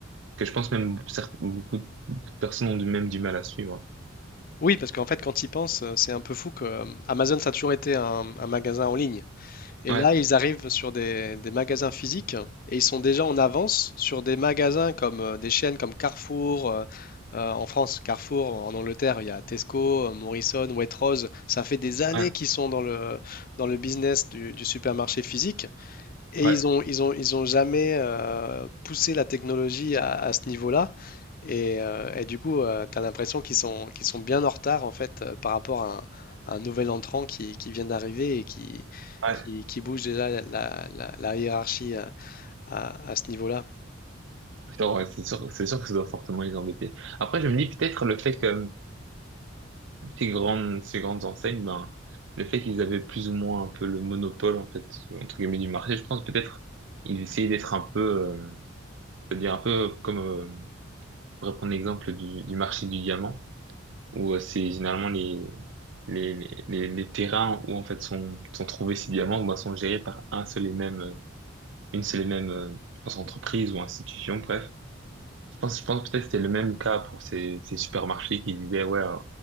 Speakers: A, on the right (about 65°); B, on the left (about 45°).
A: que je pense même certains, beaucoup, beaucoup de personnes ont du- même du mal à suivre.
B: Oui, parce qu'en fait, quand ils pensent, euh, c'est un peu fou que euh, Amazon, ça a toujours été un, un magasin en ligne. Et
A: Ouais,
B: là, ils arrivent sur des, des magasins physiques et ils sont déjà en avance sur des magasins comme euh, des chaînes comme Carrefour. euh, euh, en France, Carrefour, en Angleterre, il y a Tesco, euh, Morrison, Waitrose. Ça fait des années
A: ouais,
B: qu'ils sont dans le, dans le business du, du supermarché physique et
A: ouais,
B: ils ont, ils ont, ils ont jamais euh, poussé la technologie à, à ce niveau-là. Et, euh, et du coup, tu as l'impression qu'ils sont, qu'ils sont bien en retard en fait euh, par rapport à un, à un nouvel entrant qui, qui vient d'arriver et qui,
A: ouais.
B: qui, qui bouge déjà la, la- la- la hiérarchie à, à- à ce niveau-là.
A: C'est sûr, ouais, c'est sûr, c'est sûr que ça doit fortement les embêter. Après, je me dis peut-être le fait que euh, ces grandes, ces grandes enseignes, ben, le fait qu'ils avaient plus ou moins un peu le monopole, en fait, entre guillemets, du marché, je pense peut-être ils essayaient d'être un peu, euh, c'est-à-dire un peu comme, euh, pour reprendre l'exemple du, du marché du diamant, où euh, c'est généralement les, les, les, les les terrains où en fait sont, sont trouvés ces diamants ben, sont gérés par un seul et même euh, une seule et même, euh, je pense, entreprise ou institution, bref. Je pense, je pense peut-être que c'était le même cas pour ces, ces supermarchés qui disaient, ouais, euh,